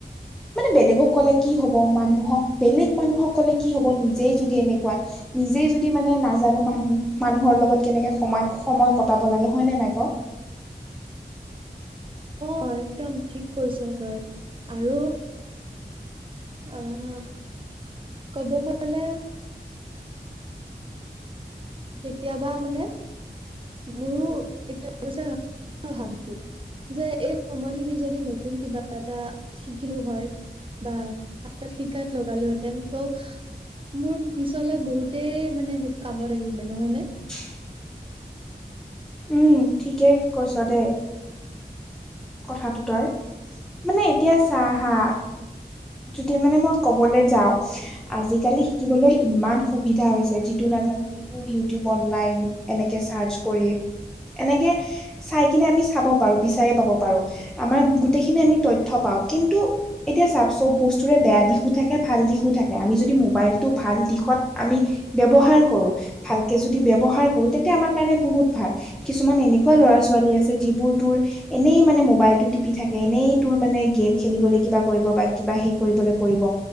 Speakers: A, in the centre; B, on the right (about 30°).
A: মানে বেলেগক কলে কি হব মানুহক বেলেগ মানুহক কলে কি হব নিজেই যদি এনেকুৱা নিজেই যদি মানে নাজানো মানুহ মানুহৰ লগত কেনেকে সময় সময় কটাব লাগে হয় নে নাই ক
B: অ একদম ঠিক কৈছ তই আৰু আহ ক'ব গ'লে কেতিয়াবা মানে মোৰো <unintelligible> ভাবো যে এই সময়খিনি যদি নতুন কিবা এটা শিকিলো হয় বা আগত শিকাত লগা লোহতেন ত মোৰ পিছলে বহুতেই মানে সেইটো কামত আহিলে নহয় ন
A: <unintelligible> উম ঠিকে কৈছ দেই কথাটো তই মানে এতিয়া চাহ হা যদি মানে মই কবলৈ যাওঁ আজিকালি শিকিবলৈ ইমান সুবিধা হৈছে যিটো নাজানো হে ইউটিউব অনলাইন এনেকে চাৰ্চ কৰি এনেকে চাই কিনে আমি চাব পাৰো বিচাৰি পাব পাৰো আমাৰ গোটেইখিনি আমি তথ্য পাওঁ কিন্তু এতিয়া চাব চব বস্তুৰে বেয়া দিশো থাকে ভাল দিশো থাকে আমি যদি মোবাইলটো ভাল দিশত আমি ব্যৱহাৰ কৰো ভালকে যদি ব্যৱহাৰ কৰো তেন্তে আমাৰ কাৰণে বহুত ভাল কিছুমান এনেকুৱা লৰা ছোৱালী আছে যিবোৰ তোৰ এনেই মানে মোবাইলটো টিপি থাকে এনেই তোৰ মানে গেম খেলিবলৈ কিবা কৰিব বা কিবা হেই কৰিবলৈ কৰিব